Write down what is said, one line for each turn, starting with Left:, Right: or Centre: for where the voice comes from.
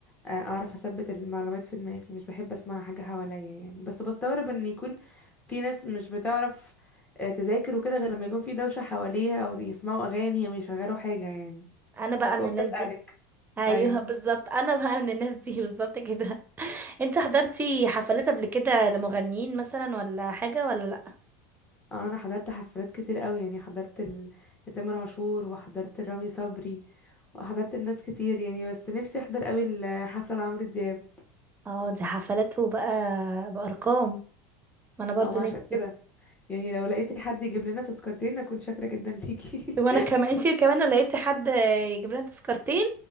Left: آه، اعرف اثبت المعلومات في دماغي مش بحب اسمع حاجة حواليا يعني بس بستغرب ان يكون في ناس مش بتعرف آه، تذاكر وكده غير لما يكون في دوشة حواليها او يسمعوا اغاني او يشغلوا حاجة يعني
Right: انا بقى
Left: فقلت
Right: من الناس
Left: اسألك
Right: دي ايوه
Left: ايوه
Right: بالظبط انا بقى من الناس دي <laughs> بالظبط كده انت حضرتي حفلات قبل كده لمغنيين مثلا ولا حاجة ولا لا
Left: آه، انا حضرت حفلات كتير قوي يعني حضرت ال- لتامر عاشور وحضرت لرامي صبري وحضرت الناس كتير يعني بس نفسي احضر قوي الحفلة لعمرو دياب
Right: اه دي حفلاته بقى بأرقام ما انا برضو
Left: او عشان
Right: نفسي
Left: كده يعني لو لقيتي حد يجيب لنا تذكرتين اكون شاكرة جدا ليكي
Right: وانا كمان انتي كمان لو لقيتي حد يجيب لنا تذكرتين